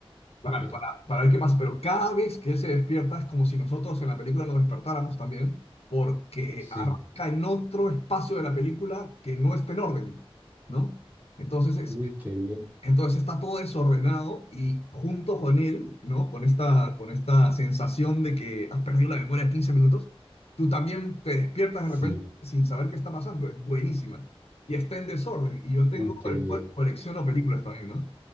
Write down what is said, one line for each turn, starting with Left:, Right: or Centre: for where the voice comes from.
Left: Para,
Right: ve,
Left: para, para ver qué pasa. Pero cada vez que él se despierta, es como si nosotros en la película nos despertáramos también, porque
Right: sí.
Left: arranca en otro espacio de la película que no está en orden, ¿no? Entonces, es-
Right: Uy, qué bien.
Left: entonces está todo desordenado y junto con él, ¿no? Con esta, con esta sensación de que has perdido la memoria de 15 minutos, tú también te despiertas
Right: Sí.
Left: de repente sin saber qué está pasando. Es buenísima. Y está en desorden. Y yo tengo,
Right: Uy, qué
Left: el,
Right: bien.
Left: col- colecciono películas también, ¿no?